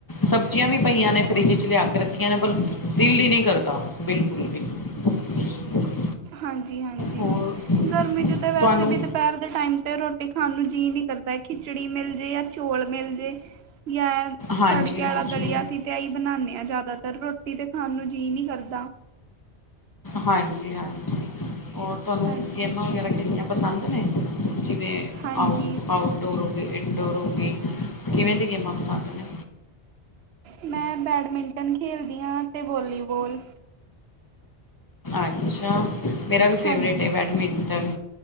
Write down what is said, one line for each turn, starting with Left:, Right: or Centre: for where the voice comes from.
Left: ਸਬਜ਼ੀਆਂ ਵੀ ਪਈਆਂ ਨੇ ਫਰਿੱਜ 'ਚ ਲਿਆ ਕੇ ਰੱਖਿਆ ਨੇ ਪਰ ਦਿਲ ਈ ਨੀ ਕਰਦਾ ਬਿਲਕੁੱਲ ਵੀ। <inaudible>
Right: ਹਾਂਜੀ-ਹਾਂਜੀ
Left: ਹੋਰ
Right: ਗਰਮੀ ਚ ਤਾਂ ਵੈਸੇ
Left: ਤੁਹਾਨੂੰ
Right: ਵੀ ਦੁ ਪੈਰ ਦੇ ਟਾਈਮ ਤੇ ਰੋਟੀ ਖਾਣ ਨੂੰ ਜੀਅ ਨੀ ਕਰਦਾ ਖਿਚੜੀ ਮਿਲ ਜੇ ਜਾਂ ਚੋਲ ਮਿਲ ਜੇ ਜਾਂ
Left: ਹਾਂਜੀ
Right: ਤੜਕੇ
Left: ਹਾਂਜੀ
Right: ਆਲਾ ਦਲੀਆ ਅਸੀਂ ਤੇ ਐਈ ਬਣਾਨੇ ਆ ਜ਼ਿਆਦਾਤਰ ਰੋਟੀ ਤੇ ਖਾਣ ਨੂੰ ਜੀਅ ਨੀ ਕਰਦਾ।
Left: ਹਾਂਜੀ-ਹਾਂਜੀ ਔਰ ਤੁਹਾਨੂੰ
Right: ਹਾਂਜੀ
Left: ਗੇਮਾਂ ਵਗੈਰਾ ਖੇਲਣੀਆਂ ਪਸੰਦ ਨੇ ਜਿਵੇਂ
Right: ਹਾਂਜੀ
Left: ਆਓ, ਆਓ ਡੋਰ ਹੋਗੀ, ਇਨਡੋਰ ਹੋਗੀ ਕਿਵੇਂ ਦੀ ਗੇਮਾਂ ਪਸੰਦ ਨੇ?
Right: ਮੈਂ ਬੈਡਮਿੰਟਨ ਖੇਲਦੀ ਆ ਤੇ ਵੋਲੀਵੋਲ।
Left: ਅੱਛਾ ਮੇਰਾ ਵੀ ਫੇਵਰੇਟ
Right: ਹਾਂਜੀ
Left: ਏ ਬੈਡਮਿੰਟਨ।